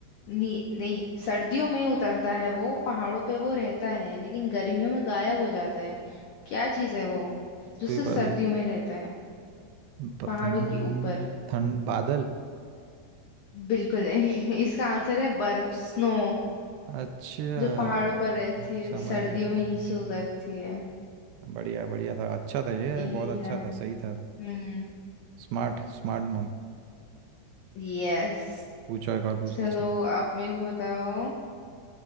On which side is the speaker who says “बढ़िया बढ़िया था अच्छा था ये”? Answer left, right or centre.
Right